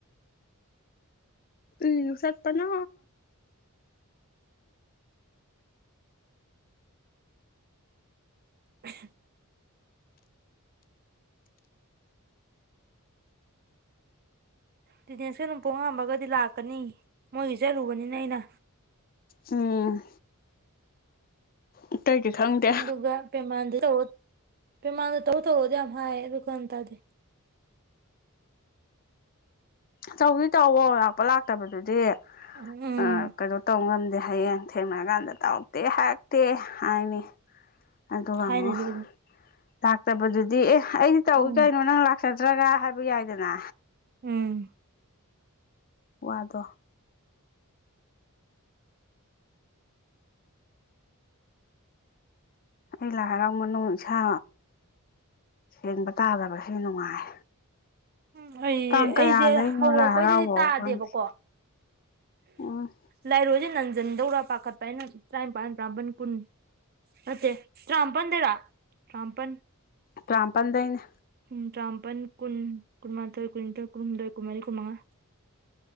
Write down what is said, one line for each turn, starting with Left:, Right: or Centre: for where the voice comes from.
Left: ꯎꯝ ꯁꯠꯄꯅ
Right: <inaudible> ꯗꯤꯅꯦꯟꯁꯀ ꯅꯣꯡꯄꯣꯡꯉꯥꯟꯕꯒꯗꯤ ꯂꯥꯛꯀꯅꯤ ꯃꯣꯏꯒꯤ ꯆꯠꯂꯨꯕꯅꯤꯅ ꯑꯩꯅ
Left: ꯎꯝ ꯑꯇꯩꯗꯤ ꯈꯪꯗꯦ
Right: ꯑꯗꯨꯒꯥ ꯄꯦꯃꯥꯟꯗ ꯇꯧꯔꯣꯏ ꯄꯦꯃꯥꯟꯗ ꯇꯧ ꯇꯧꯋꯣꯗꯤ ꯌꯥꯝ ꯍꯥꯏ ꯑꯗꯣ ꯒꯌꯥꯟ ꯇꯥꯗꯦ꯫
Left: ꯇꯧꯕꯗꯤ ꯇꯧꯋꯣ ꯂꯥꯛꯄ ꯂꯥꯛꯇꯕꯗꯨꯗꯤ
Right: ꯎꯝ
Left: ꯑꯥ ꯀꯩꯅꯣ ꯇꯧ ꯉꯝꯗꯦ ꯍꯌꯦꯡ ꯊꯦꯡꯅꯔꯀꯥꯟꯗ ꯇꯧꯔꯛꯇꯦ ꯍꯥꯏꯔꯛꯇꯦ ꯍꯥꯏꯅꯤ ꯑꯗꯨ
Right: ꯍꯥꯏꯅꯗꯤ
Left: ꯑꯃꯨꯛ ꯇꯥꯛꯇꯕꯗꯨꯗꯤ ꯑꯦ ꯑꯩꯗꯤ ꯇꯧꯏ
Right: ꯎꯝ
Left: ꯀꯩꯅꯣ ꯅꯪ ꯂꯥꯛꯆꯒꯦ ꯅꯠꯇ꯭ꯔꯒ ꯍꯥꯏꯕ ꯌꯥꯏꯗꯅ
Right: ꯎꯝ
Left: ꯋꯥꯗꯣ ꯑꯩ ꯂꯥꯏ ꯍꯔꯥꯎ ꯃꯅꯨꯡ ꯏꯁꯥ ꯁꯦꯡꯕ ꯇꯥꯗꯕꯁꯨ ꯅꯨꯡꯉꯥꯏ
Right: ꯎꯝ ꯑꯩ
Left: ꯇꯥꯡ ꯀꯌꯥꯗꯩꯅꯣ
Right: ꯑꯩꯖꯦ ꯍꯧꯔꯛꯄꯩꯗꯗꯤ
Left: ꯂꯥꯏ ꯍꯔꯥꯎꯕꯕꯨ
Right: ꯇꯥꯗꯦꯕꯀꯣ
Left: ꯈꯪꯗꯦ ꯎꯝ
Right: ꯂꯥꯏꯔꯣꯏꯁꯦ ꯅꯟ ꯆꯟꯗꯧꯔꯥ ꯄꯥꯈꯠꯄ ꯑꯩꯅ ꯇꯔꯥꯅꯤꯄꯜ ꯇꯔꯥꯃꯥꯄꯜ ꯀꯨꯟ ꯅꯠꯇꯦ ꯇꯔꯥꯃꯥꯄꯜꯗꯩꯔꯥ ꯇꯔꯥꯃꯥꯄꯜ
Left: ꯇꯔꯥꯃꯄꯥꯟꯗꯩꯅ
Right: ꯀꯨꯟ ꯇ꯭ꯔꯥꯃꯄꯟ ꯀꯨꯟ ꯀꯨꯟꯃꯥꯊꯣꯏ ꯀꯨꯟꯅꯤꯊꯣꯏ ꯀꯨꯟꯍꯨꯝꯗꯣꯏ ꯀꯨꯟꯃꯔꯤ ꯀꯨꯟꯃꯉꯥ